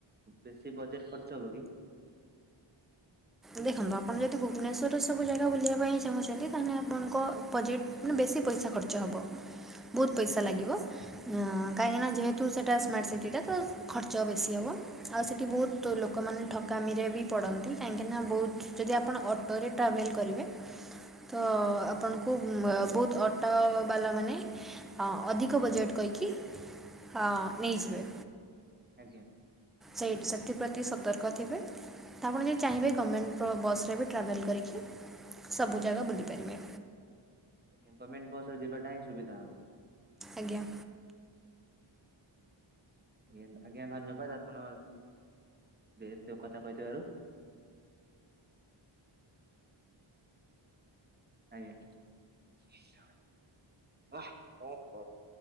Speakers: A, on the right (about 20°); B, in the centre.
A: ବେଶୀ ବଜେଟ ଖର୍ଚ୍ଚ ହବ କି?
B: ଦେଖନ୍ତୁ ଆପଣ ଯଦି ଭୁବନେଶ୍ୱରରେ ସବୁ ଜାଗା ବୁଲିବା ପାଇଁ ଚାହୁଁଛନ୍ତି ତାହେଲେ ଆପଣଙ୍କ ବଜେଟ୍ ମାନେ ବେଶୀ ପଇସା ଖର୍ଚ୍ଚ ହେବ। ବହୁତ ପଇସା
A: ଆଜ୍ଞା
B: ଲାଗିବ
A: ଆଜ୍ଞା
B: କାହିଁକି ନା ଯେହେତ ତୁ ସେଇଟା ସ୍ମାର୍ଟ ସିଟିଟା ତ ଖର୍ଚ୍ଚ ବେଶୀ ହେବ ଆଉ ସେଇଠି ବହୁତ
A: ଆଜ୍ଞା
B: ଲୋକମାନେ ଠକାମିରେ ବି ପଡ଼ନ୍ତି କାହିଁକିନା ବହୁତ ଯଦି ଆପଣ ଅଟୋରେ ଟ୍ରାଭେଲ୍ କରିବେ। ତ ଆପଣଙ୍କୁ ମ୍ ବହୁତ ଅଟୋ ବାଲା ମାନେ ଆ ଅଧିକ ବଜେଟ୍ କହିକି ଆ ନେଇଯିବେ।
A: ଆଜ୍ଞା।
B: ସେଇଟି ସେଥିପ୍ରତି ସତର୍କ ଥିବେ ତ ଆପଣ ଯଦି ଚାହିଁବେ ଗର୍ମେଣ୍ଟ ବସ୍ ରେ ବି ଟ୍ରାଭେଲ୍ କରିକି ସବୁ ଜାଗା ବୁଲିପାରିବେ।
A: ଆଜ୍ଞା ଗମେର୍ଣ୍ଟ ବସରେ ଯିବା ଟା ହିଁ ସୁବିଧା ହବ।
B: ଆଜ୍ଞା।
A: ଆଜ୍ଞା ଆଜ୍ଞା ଧନ୍ୟବାଦ ଆପଣ ଯେହେତୁ କଥା କହିଥିବାରୁ। ଆଜ୍ଞା।